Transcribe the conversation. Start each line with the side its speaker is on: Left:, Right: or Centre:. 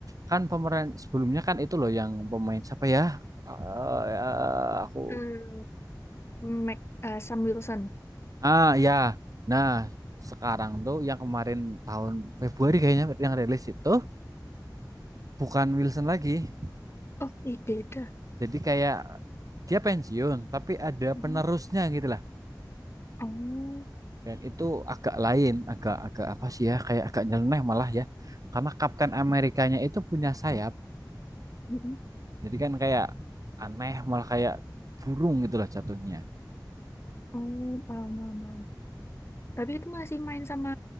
Right: kan pemeran sebelumnya kan itu loh yang pemain siapa ya Eh, ya, aku
Left: Hmm, Mac, eh, Sam Wilson.
Right: ah ya nah sekarang tuh yang kemarin tahun Februari kayaknya yang rilis itu bukan Wilson lagi
Left: Oh, ih, beda.
Right: Jadi kayak dia pensiun tapi ada
Left: Mm-mm.
Right: penerusnya gitu lah.
Left: Oh,
Right: Dan itu agak lain, agak agak apa sih ya? Kayak agak nyeleneh malah ya. Karena Kapten Amerikanya itu punya sayap.
Left: mm-mm.
Right: Jadi kan kayak aneh malah kayak burung gitu lah jatuhnya.
Left: Oh, paham, paham, paham. Tapi itu masih main sama